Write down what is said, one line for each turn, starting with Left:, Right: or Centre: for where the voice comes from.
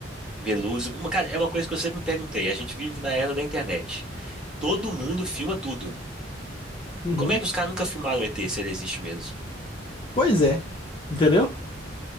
Centre: Veloso. Uma, cara, é uma coisa que eu sempre me perguntei. A gente vive na era da internet. Todo mundo filma tudo.
Left: Uhum.
Centre: Como é que os caras nunca filmaram o ET se ele existe mesmo?
Left: Pois é. Entendeu?